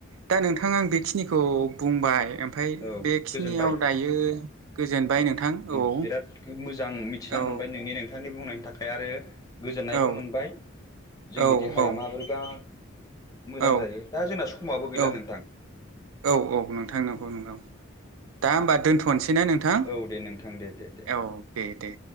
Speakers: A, on the right; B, on the left.
A: दा नोंथाङा आं बेखिनिखौ बुंबाय ओमफफ्राय
B: औ
A: बेखिनियाव
B: गोजोनबाय
A: दायो गोजोनबाय नोंथां
B: उम
A: औ
B: बिराद मोजां मिथिना
A: औ
B: मोनबाय नोंनि नोंथांनि बुंनायनि थाखाय आरो गोजोननायबो
A: औ
B: मोनबाय जोंनि
A: औ
B: देहाया माबोरैबा मोजां
A: औ
B: जायो दा जोंना समाबो गैला
A: औ
B: नोंथां
A: औ औ नोंथां नंगौ नोंथां दा होमबा दोन्थ'नोसैना नोंथां
B: औ दे नोंथां दे दे दे
A: औ दे दे